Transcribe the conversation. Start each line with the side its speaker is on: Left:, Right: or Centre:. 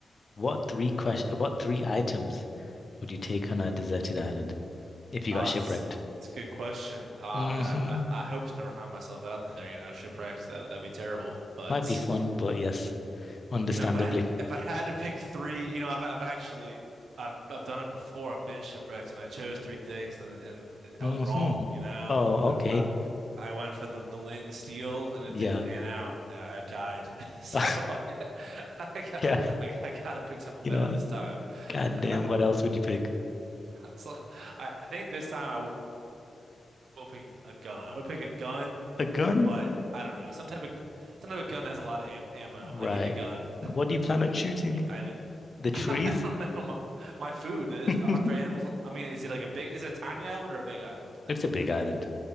Left: what three question, what three items would you take on a deserted island if you
Right: Uh,
Left: got shipwrecked?
Right: it's, it's a good question. Ah,
Left: hmm
Right: man, I, I, I hope to never find myself out there, you know, shipwrecks. That, that'd be terrible. But,
Left: Might be fun, but yes, understandably.
Right: you know, if I if I had to pick three, you know, I've I've actually I've I've done it before. I've been shipwrecked and I chose three things and and
Left: hmm
Right: I was wrong, you know.
Left: Oh,
Right: I,
Left: okay.
Right: I I went for the the lint and steel and it
Left: Yeah.
Right: didn't pan out. Uh, I died. <laughs> So
Left: <laughs>
Right: I, I got
Left: Yeah.
Right: I, I gotta pick something
Left: You
Right: better
Left: know what?
Right: this time.
Left: God
Right: <laughs>
Left: damn, what else
Right: <laughs>
Left: would you pick?
Right: So I think this time I will pick a, a gun. I'm gonna pick a gun,
Left: A gun?
Right: but I don't know. Some type of some type of gun that has a lot of am ammo.
Left: Right.
Right: I need the gun.
Left: What do you plan on shooting?
Right: I, <laughs>
Left: The trees?
Right: I don't know. My, my food is,
Left: <laughs>
Right: aren't there animals? I mean, is it like a big? Is it a tiny island or a big island?
Left: It's a big island.